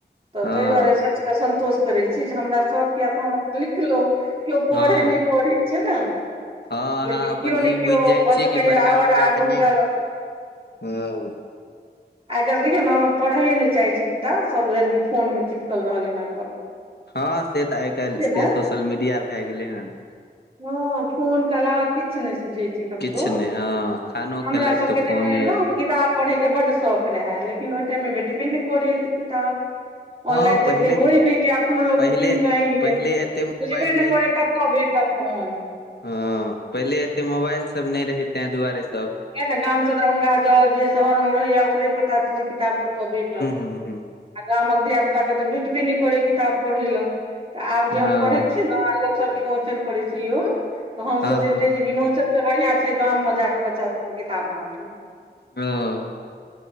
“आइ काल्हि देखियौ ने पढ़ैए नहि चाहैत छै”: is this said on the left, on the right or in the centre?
Right